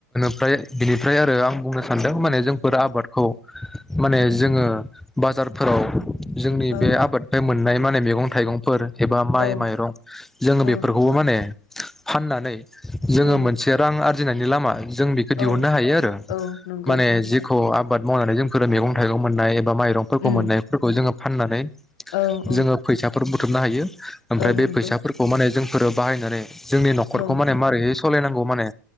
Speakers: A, in the centre; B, on the left.
A: ओमफ्राय बिनिफ्राय आरो आं बुंनो सानदों माने जोंफोर
B: औ
A: आबादखौ माने जोङो बाजारफोराव जोंनि
B: औ
A: बे आबाद बे मोन मोननाय माने मैगं थाइगंफोर एबा माइ
B: औ
A: माइरं जोङो
B: औ
A: बेफोरखौबो माने फाननानै जोङो
B: औ
A: मोनसे रां आरो गिनायनि लामा जों बेखौ दिहुननो
B: औ
A: हायो आरो
B: औ नंगौ
A: माने
B: नंगौ
A: जेखौ आबाद मावनानै जोंफोर मैगं थाइगं मोननाय माइरंफोरखौ
B: उम
A: मोननायफोरखौ जोङो फाननानै
B: औ औ
A: जोङो फैसा दर बुथुमनो हायो ओमफ्राय
B: औ
A: बे
B: नंगौ
A: फैसा नाय जोंफोरो बाहायनानै जोंनि न'खरखौ
B: औ
A: माने मारैहै सलायनांगौ माने